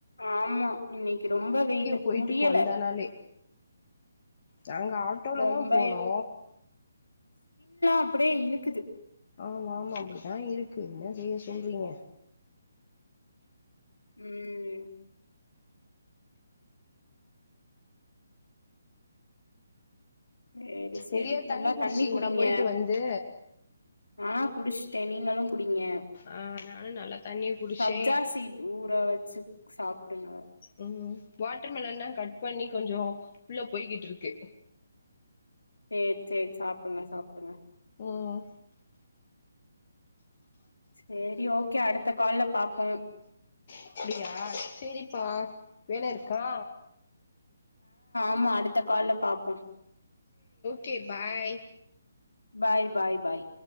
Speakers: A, on the left; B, on the left.
A: ஆமா இன்னக்கி ரொம்ப வெயிலு
B: போயிட்டு
A: முடியல
B: வந்தனாலே நாங்க ஆட்டோலதா
A: ரொம்ப
B: போனோ
A: அப்புடியே இழுக்குது
B: ஆமா ஆமா அப்புடித்தா இருக்கு என்ன செய்ய சொல்றீங்க
A: உம் சேரி சேரி
B: நெறைய
A: நல்லா
B: குடிச்சீங்களா
A: தண்ணி குடிங்க
B: போயிட்டு வந்து
A: ஆ குடுச்ட்டே நீங்களும் கு ங்க
B: ஆ நானு நல்லா தண்ணி குடிச்சே
A: சப்ஜா சீட் ஊர வச் சுப் சாப்டுங்க
B: உம் வாட்டர் மெலன்னா கட் பண்ணி கொஞ்சொ உள்ள போய்கிட்ருக்கு
A: சேரி சேரி சாப்டுங்க சாப்டுங்க
B: ம்
A: சேரி ஓகே அடுத்த கால்ல பாப்பொம்
B: அப்டியா செரிப்பா வேல இருக்கா
A: ம்மு அடுத்த கால்ல பாப்போ
B: கே பாய்
A: பாய் பாய் பாய்